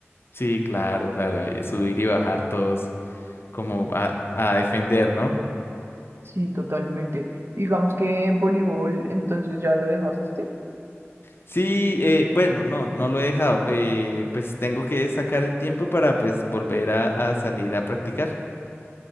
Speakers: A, on the left (about 55°); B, on the right (about 60°).
A: Sí, claro, claro, eh, subir y bajar todos como a, a defender, ¿no?
B: Sí, totalmente. Digamos que voleibol, entonces ya lo dejaste.
A: Sí, eh, bueno, no, no lo he dejado. eh, pues tengo que sacar el tiempo para pues volver a, a salir a practicar.